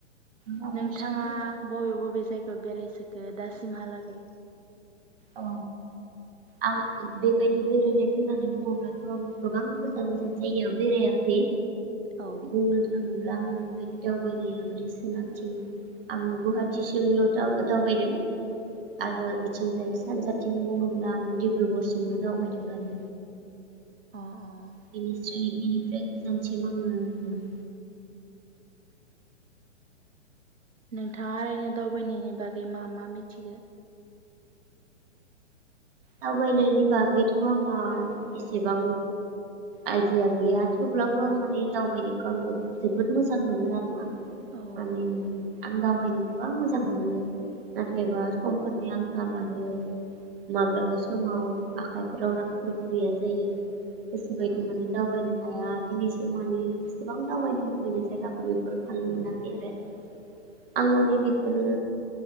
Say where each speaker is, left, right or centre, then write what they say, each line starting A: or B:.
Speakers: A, on the right; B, on the right.
A: माबाफोर
B: नोंथांङा
A: सोंनो
B: बबे बबे जाय बेरायसोखो दासिमहालागै?
A: औ आं बेबायदि बेरायनो होननानै बुंङोब्लाथ आं गोबां गोजान गोजान जायगायाव बेरायाखै।
B: औ
A: बुंनो थांङो ब्लाम बे बायदि दावबायनाया ओरै सोनाबथिं आंङो गुवाहाटिसिमल' दाव दावबायदों।
B: औ
A: आरो बेथिंजाय सानजाथिं बुङोब्ला आङो डिब्रुगरसिमनो दावबायदों आरो।
B: अ। अ
A: <unintelligible> बिनिफ्राय गोजानसिम आङो थाङा
B: नोंथाङा ओरैनो दावबायनायनि बागै मा मा मिथिगो?
A: दावबायनायनि बागैथ' आंहा एसेबां आइडिया गैया थेवब्लाबो आं माने दावबायनायखौ आं जोबोद मोजां मोनो आरोना।
B: औ
A: माने आं दावबायनो गोबां मोजां मोनो नाथायबा समफोरनि आंखाला आरो माब्लाबा समाव आखाइफोराव रांफोरबो गैया जायो। गोसोबायदि
B: औ
A: माने दावबायनो हाया दिनैसिम माने जेसेबां दावबायनो लुबैनाय जायगाफोर बेफोर थांनो मोनाखै आरो आं माने बेखौनो